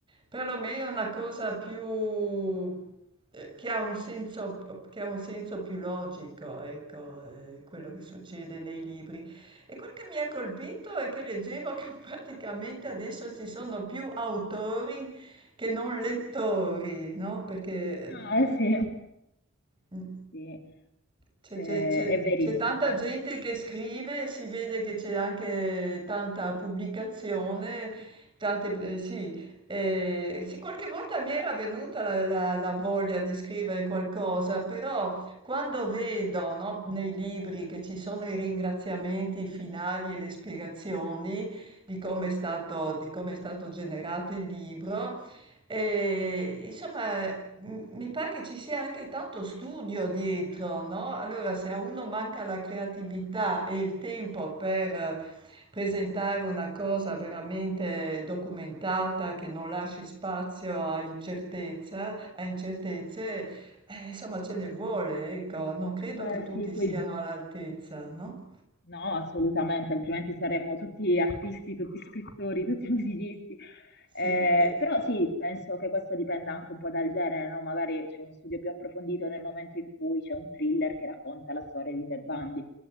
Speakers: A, on the right (about 25°); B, on the left (about 50°).
A: perlomeno una cosa più eh, che ha un senso, che ha un senso più logico, ecco, eh, quello che succede nei libri. E quel che mi ha colpito è che leggevo che <laughs> praticamente adesso ci sono più autori che non lettori, no? Perché
B: Ah, eh sì,
A: eh,
B: sì,
A: c'è
B: Eh,
A: ge- c'è-
B: è verissimo.
A: c'è tanta gente che scrive, e si vede che c'è anche tanta pubblicazione, tante, pre- sì, Eh, sì, qualche volta mi era venuta la, la- la voglia di scrivere qualcosa, però quando vedo, no, nei libri che ci sono i ringraziamenti finali e le spiegazioni di come è stato, di come è stato generato il libro, e, insomma, m- mi pare che ci sia anche tanto studio dietro, no? Allora, se a uno manca la creatività e il tempo per eh, presentare una cosa veramente documentata, che non lasci spazio a incertezza, a incertezze, eh, insomma, ce ne vuole, ecco. Non credo
B: Beh,
A: che tutti
B: sì,
A: siano
B: poi.
A: all'altezza, no?
B: No, assolutamente, altrimenti saremmo tutti artisti, tutti scrittori, tutti <laughs> musicisti.
A: Sì,
B: Eh,
A: eh,
B: però sì, penso che questo dipenda anche un po' dal genere, no? Magari c'è uno studio più approfondito nel momento in cui c'è un thriller che racconta la storia di Ted Bundy.